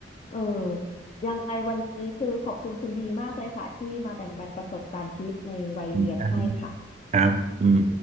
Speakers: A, on the left (about 35°); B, on the right (about 40°).
A: เออยังไงวันนี้คือขอบคุณคุณดีมากเลยค่ะที่มาแบ่งปันประสบการณ์ชีวิตในวัยเรียนให้ค่ะ
B: <laughs> ครับอืม